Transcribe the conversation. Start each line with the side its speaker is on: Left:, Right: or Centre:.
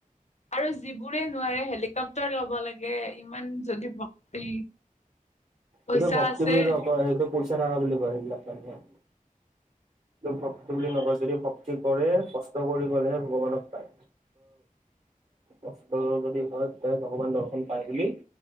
Left: আৰু যিবোৰে নোৱাৰে হেলিকপটাৰ ল'ব লাগে। ইমান যদি ভক্তি পইচা
Right: এইটো ভক্তি
Left: আছে।
Right: বুলি নকয় সেইটো পইচা থকা বুলি কয় সেইবিলা মহনুক। ভক্তি বুলি নকয় যদি ভক্তি কৰে কষ্ট কৰি গ'লেহে ভগৱানক পায়। কষ্ট যদি হয় তে ভগৱান দৰ্শন পায় বুলি